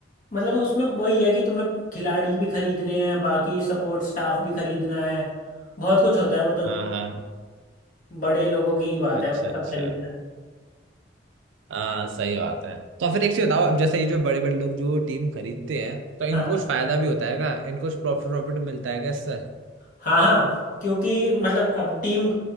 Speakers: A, on the left; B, on the right.
A: मतलब उसमें वही है कि तुम्हें खिलाड़ी भी खरीदने हैं बाकी सपोर्ट स्टाफ भी खरीदना है बहुत कुछ होता है वो तो
B: हाँ हाँ
A: बड़े लोगों की ही बात
B: अच्छा
A: है वो
B: अच्छा
A: सब खरीदना
B: हाँ सही बात है तो फिर एक चीज बताओ अब जैसे ये जो बड़े बड़े लोग जो टीम खरीदते हैं तो इनको
A: हाँ
B: कुछ फायदा भी होता है क्या इनको कुछ प्रॉफिट प्रॉफिट मिलता है क्या इससे
A: हाँ हाँ क्योंकि मतलब अब टीम